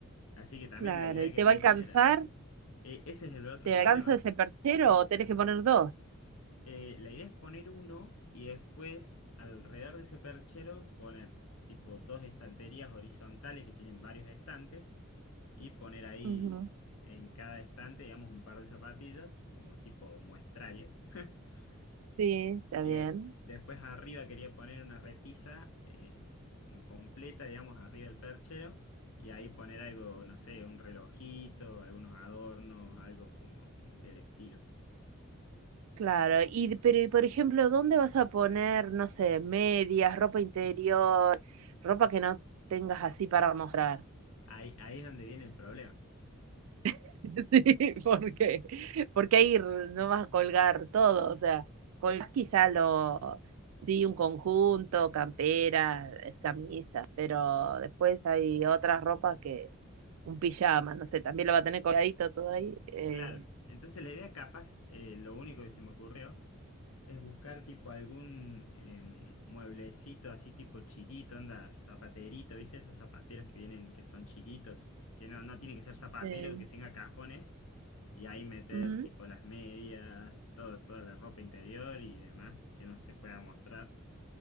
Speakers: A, on the left; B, on the right.
A: Así que también
B: claro,
A: la idea
B: y te
A: que tenía
B: va a alcanzar
A: era... e- Ese es el otro
B: ¿Te
A: problema.
B: alcanza ese perchero o tenés que poner dos?
A: Eh, la idea es poner uno y después alrededor de ese perchero poner tipo dos estanterías horizontales que tienen varios estantes y poner ahí
B: Ujú.
A: en cada estante, digamos, un par de zapatillas como tipo muestrario. <laughs>
B: Sí, está
A: Y
B: bien.
A: de- después arriba quería poner una repisa eh, como completa, digamos, arriba del perchero. Y ahí poner algo, no sé, un relojito, algunos adornos, algo como del estilo.
B: Claro, y de- pero y por ejemplo, ¿dónde vas a poner, no sé, medias, ropa interior, ropa que no tengas así para mostrar?
A: Ahí, ahí es donde viene el problema.
B: <laughs> Sí, porque porque ahí no vas a colgar todo, o sea, colgás quizá lo sí un conjunto, camperas, eh, camisas, pero después hay otras ropas que un pijama, no sé, también lo va a tener colgadito todo ahí. eh,
A: Claro, entonces la idea capaz, eh, lo único que se me ocurrió es buscar tipo algún eh, mueblecito así tipo chiquito, anda, zapaterito, ¿viste? Esos zapateros que vienen, que son chiquitos, que no, no tiene que ser zapatero,
B: Sí.
A: que tenga cajones, y ahí meter
B: Ujú,
A: tipo las medias, todo, toda la ropa interior y demás que no se pueda mostrar.